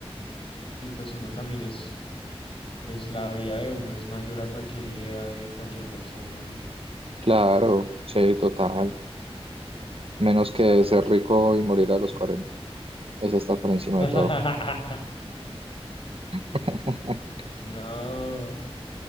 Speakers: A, on the left (about 55°); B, on the right (about 65°).
A: Y pues uno también es, pues la vida de uno es mayor a cualquier idea de cualquier persona.
B: Claro, sí, total. Menos
A: Exacto,
B: que ser
A: sí.
B: rico
A: sí, sí.
B: y morir a los 40. Eso está por encima
A: <laughs>
B: de todo. <laughs>
A: No.